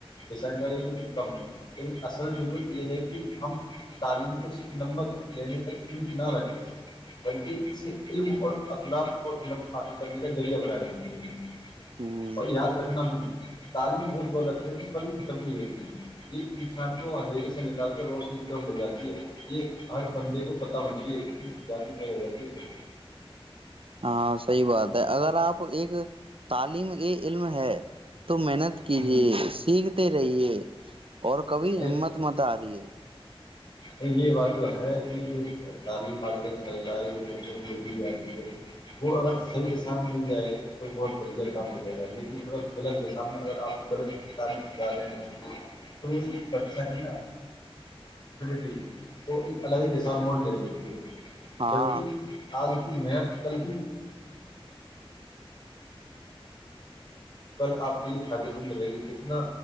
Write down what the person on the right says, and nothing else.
ہوں
ا صحیح بات ہے اگر اپ ایک تعلیم ہی علم ہے تو محنت کیجیے
سیکھتے رہیے اور کبھی
ہمت مت ا رہی ہے
ہاں